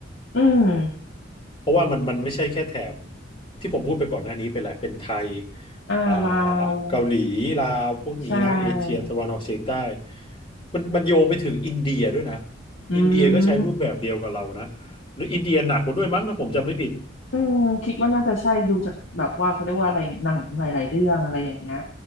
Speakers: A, on the left; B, on the left.
A: อืม
B: เพราะว่ามันมันไม่ใช่แค่แถบที่ผมพูดไปก่อนหน้านี้ไปแหละเป็นไทย
A: อ่าลาว
B: อ่าเกาหลีลาวพวกนี้นะเอเชียตะวันออกเฉียงใต้
A: ใช่
B: มันมันโยงไปถึงอินเดียด้วยนะ
A: อื
B: อินเดียก็ใช้รูปแบบเดียวกับเรานะ
A: ม
B: แล้วอินเดียหนักกว่าด้วยมั้งถ้าผมจำไม่ผิด
A: อืมคิดว่าน่าจะใช่ดูจากแบบว่าเขาเรียกว่าอะไรหนังหลายๆเรื่องอะไรอย่างเงี้ย